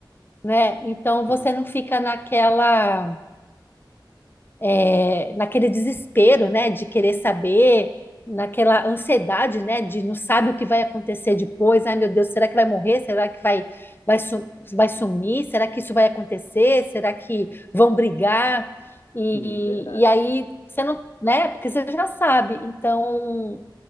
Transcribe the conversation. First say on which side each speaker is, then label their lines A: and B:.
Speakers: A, on the left; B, on the left.
A: né? Então você
B: Sim,
A: não fica naquela é, naquele desespero, né, de querer saber, naquela ansiedade, né, de não sabe o que vai acontecer depois. Ai, meu Deus, será que vai morrer? Será que vai, vai, su- vai sumir? Será que isso vai acontecer? Será que vão brigar? E,
B: sim, verdade.
A: e aí você não, né, porque você já sabe. Então,